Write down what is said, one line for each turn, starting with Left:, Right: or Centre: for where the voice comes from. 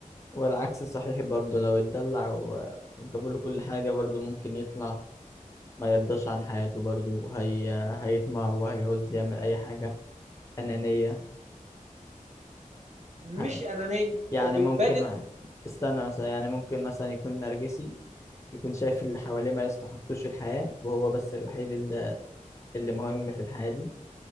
Left: والعكس صحيح برضه لو اتدلع و... وجابوا له كل حاجة برضه ممكن يطلع ما يرضاش عن حياته برضه هي... هيطمع وهيعوز يعمل أي حاجة أنانية
Right: مش
Left: ه-
Right: انانيه
Left: يعني
Right: هو بيبان
Left: ممكن استنى مثلا يعني ممكن مثلا يكون نرجسي يكون شايف اللي حواليه ما يستحقوش الحياة وهو بس الوحيد اللي اللي مهم في الحياة دي